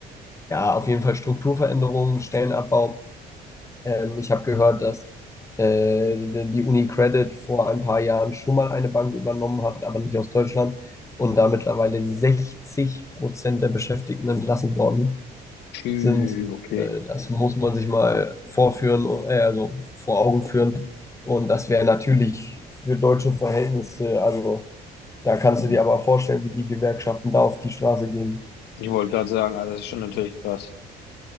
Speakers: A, on the left; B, on the left.
A: Ja, auf jeden Fall Strukturveränderungen, Stellenabbau. Ähm, ich habe gehört, dass äh, die UniCredit vor ein paar Jahren schon mal eine Bank übernommen hat, aber nicht aus Deutschland. Und da mittlerweile 60 Prozent der Beschäftigten entlassen worden
B: Tschü,
A: sind.
B: okay.
A: Äh, das muss man sich mal vorführen, äh, also vor Augen führen. Und das wäre natürlich für deutsche Verhältnisse, also da kannst du
B: Ja.
A: dir aber vorstellen, wie die Gewerkschaften da auf die Straße gehen.
B: Ich wollte gerade sagen, also das ist schon natürlich krass.